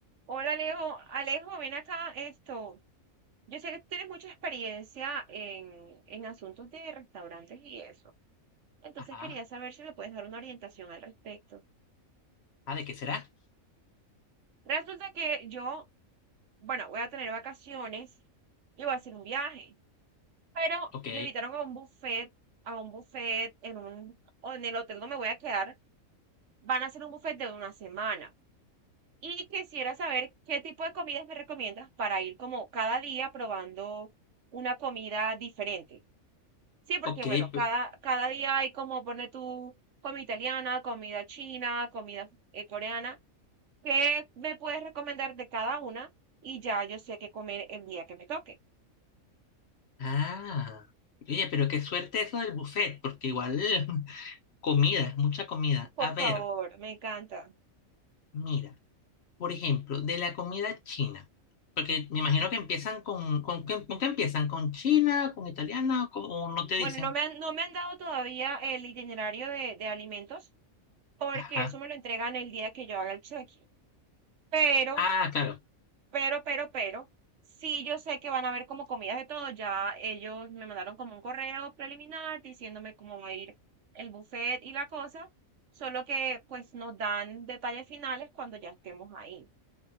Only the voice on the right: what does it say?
Hola Alejo, Alejo, ven acá esto. Yo sé que tú tienes mucha experiencia en, en asuntos de restaurantes y eso. Entonces
quería saber si me puedes dar una orientación al respecto.
Resulta que yo, bueno, voy a tener vacaciones y voy a hacer un viaje, pero
me invitaron a un buffet, a un buffet en un, o en el hotel donde me voy a quedar, van a hacer un buffet de una semana. Y quisiera saber qué tipo de comidas me recomiendas para ir como cada día probando una comida diferente. Sí, porque
bueno, cada,
cada día hay como pone tu comida italiana, comida china, comida eh, coreana. ¿Qué me puedes recomendar de cada una? Y ya yo sé qué comer el día que me toque.
Por
favor, me encanta.
Bueno,
no me han, no me han dado todavía el itinerario de, de alimentos porque
eso me lo entregan el día que yo haga el check-in. Pero
Pero, pero, pero, sí yo sé que van a haber como comidas de todo. Ya ellos me mandaron como un correo preliminar diciéndome cómo va a ir el buffet y la cosa. Solo que pues nos dan detalles finales cuando ya estemos ahí.